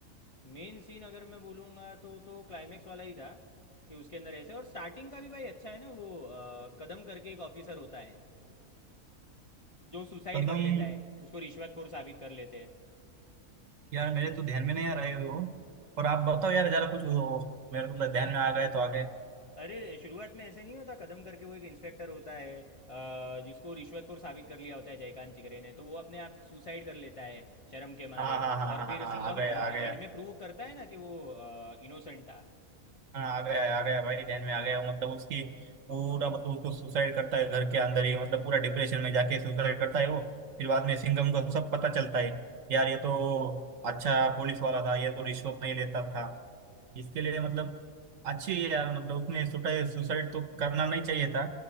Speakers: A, on the left (about 30°); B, on the right (about 65°).
A: मेन सीन अगर मैं बोलूँगा तो तो क्लाइमेक्स वाला ही था कि उसके अंदर ऐसे और स्टार्टिंग का भी भाई अच्छा है ना वो अ, कदम करके एक ऑफिसर होता है जो सुसाइड
B: कदम
A: कर लेता है उसको रिश्वतखोर साबित कर लेते हैं
B: यार मेरे तो ध्यान में नहीं आ रहे हो और आप बताओ यार जरा कुछ वो, मेरे को तो ध्यान में आ गए तो आ गए
A: अरे! शुरुआत में ऐसे नहीं होता कदम करके वो एक इंस्पेक्टर होता है अ, जिसको रिश्वतखोर साबित कर लिया होता है जयकांत चिकरे ने, तो वो अपने आप सुसाइड कर लेता है शर्म के मारे
B: हाँ हाँ हाँ
A: और
B: हाँ हाँ
A: फिर
B: हाँ,
A: सिंघम
B: आ गया
A: अ,
B: आ गया
A: एंड में प्रूव करता है ना कि वो इनोसेंट था।
B: हाँ आ गया आ गया भाई ध्यान में आ गया मतलब उसकी पूरा मतलब उसको सुसाइड करता है घर के अंदर ही मतलब पूरा डिप्रेशन में जाके सुसाइड करता है वो फिर बाद में सिंघम को सब पता चलता है यार ये तो अच्छा पुलिस वाला था ये तो रिश्वत नहीं लेता था इसके लिए मतलब अच्छी है यार मतलब उसने सुसाइड सुसाइड तो करना नहीं चाहिए था